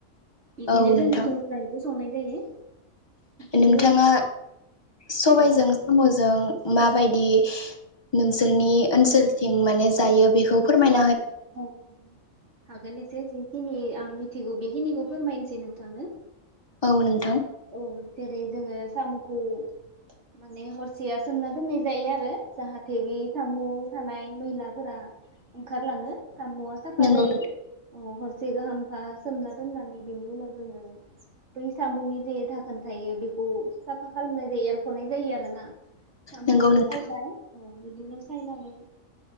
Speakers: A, on the right; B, on the left.
A: बिदिनो
B: औ नोंथां
A: जों <unintelligible> संनाय जायो। बेनि
B: नोंथाङा
A: उनाव
B: सबाइजों
A: औ
B: साम'जों माबायदि नोंसोरनि ओनसोलथिं माने जायो बेखौ फोरमाय
A: औ हागोन <unintelligible> जिखिनि आं मिथिगौ बेखिनिखौ फोरमायनोसै नोंथांनो।
B: औ नों
A: औ जेरै। जोङो साम'खौ माने हरसेया सोमना दोननाय जायो आरो जाहाथे बे साम' थानाय मैलाफोरा ओंखारलाङो। साम'आ साफा
B: नोंगौ
A: जायो ह से गाहामफा सोमना दोननानै बेनि उनाव जोङो बै सामुनि जे दाखोन थायो बेखौ साफा खालामनाय जायो एरख'नाय जायो आरोना। साम'खौ
B: नोंगौ नोंथां
A: सामबाय ओ बिदिनो सायनानै